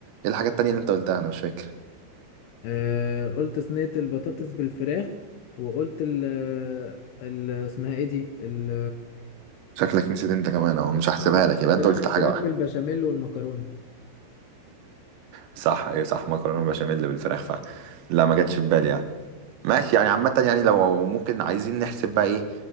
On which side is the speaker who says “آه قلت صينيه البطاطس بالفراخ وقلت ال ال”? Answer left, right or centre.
Left